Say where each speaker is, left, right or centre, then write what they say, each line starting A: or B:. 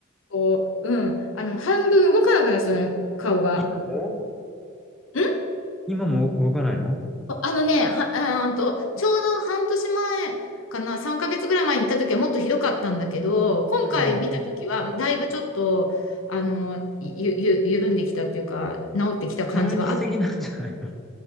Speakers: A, on the left (about 80°); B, in the centre.
A: こう、うん。あの、半分動かなくなるんですよね、顔が。
B: 今も
A: ん
B: 今も動かないの
A: あのね、は、あーんと、ちょうど半年前かな、3ヶ月ぐらい前に行った時はもっとひどかったんだけど、今回見た時は、
B: うん。
A: だいぶちょっと、あの、ゆ、ゆ、緩んできたっていうか、治ってきた感じはあった。
B: 働きすぎなんじゃない